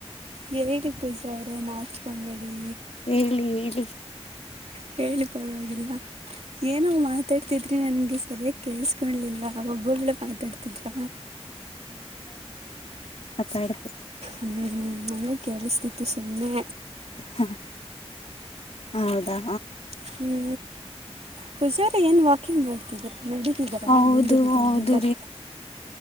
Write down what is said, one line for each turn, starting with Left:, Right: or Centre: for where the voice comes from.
Right: ಹೇಳಿ ಪೂಜ ಅವ್ರೆ ನಾಚ್ಕ ಬೇಡಿ.
Left: ಹೇಳಿ ಹೇಳಿ.
Right: ಹೇಳಿ ಪರವಾಗಿಲ್ಲ. ಏನೂ ಮಾತಾಡ್ತಿದ್ರಿ ನನ್ಗೆ ಸರಿಯಾಗಿ ಕೇಲ್ಸ್ಕೊಲಿಲ್ಲ ಒಬ್ಬೊಬ್ಳ ಮಾತಾಡ್ತಿದ್ರ.
Left: ಸಡಕು.
Right: ಹ್ಮ ನಮ್ ಕೇಳಸ್ತಿತ್ತು ಸುಮ್ಮನೆ.
Left: ಹ ಹೌದಾ.
Right: ಹ್ಮ ಪೂಜಾರಿ ಏನು ವಾಕಿಂಗ್ ಮಾಡ್ತಿದ್ದೀರ ನಡೀತಿದ್ದೀರಾ
Left: ಹೌದು
Right: ಅಲ್ಲಿಂದ ಬಗೆ
Left: ಹೌದು
Right: ಇಲ್ಲಿಂದ ಬ.